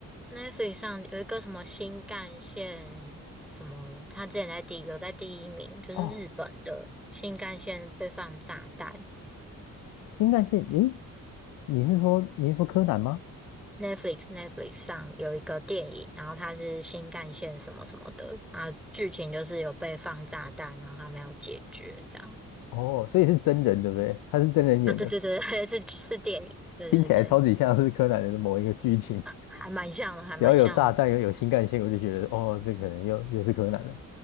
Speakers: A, in the centre; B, on the left.
A: ，Netflix 上有一个什么新干线什么，它之前在第有在第一名，就是日本的新干线被放炸弹，
B: 哦，新干线，诶，你是说你是说柯南吗？
A: Netflix Netflix 上有一个电影，然后它是新干线什么什么的，然后剧情就是有被放炸弹，然后他们要解决这样。
B: 哦，所以是真人对不对？他是真人演的，
A: 啊，对对对，<laughs> 是是电影，对对对，
B: 听起来超级像是柯南的某一个剧情。<laughs>
A: 还蛮像的，还蛮像的。
B: 只要有炸弹，
A: 嗯
B: 又有新干线，我就觉得哦，这可能又又是柯南了。